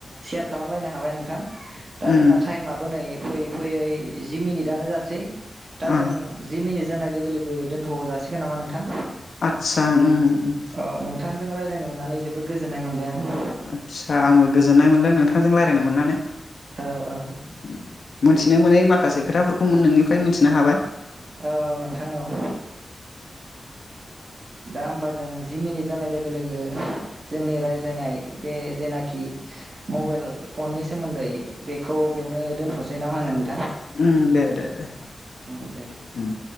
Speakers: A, on the right; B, on the left.
A: सेयार खालामलायनो हाबाय नोंथां दा
B: उम
A: जोंना टाइमाबो नै फैयै फैयै जि मिनिटानो जानोसै दा
B: ओ
A: जों जि मिनि जानाय लोगो लोगो दोनथ' जासिगोन नोंथां
B: आदसा उम उम
A: अ नोंथांजों राय रायलायनो मोननानै जोबोद गोजोननाय मोनबाय आं
B: आदसा आंबो गोजोननाय मोनदों नोंथांजों रायज्लायनो मोननानै
A: औ औ
B: उम मोनथिनो मोनै माखासे खोथाफोरखौ नोंनिफ्राय मोनथिनो हाबाय। <inaudible>
A: औ औ नोंथां औ दा होनबा जों जि मिनिट जानाय लोगो लोगो जोंनि रायज्लायनाय बे जेनाखि मबाइल फननि सोमोन्दै बेखौ बेयावनो दोनथ'सै नामा नों
B: उम दे दे दे
A: औ दे।
B: उम।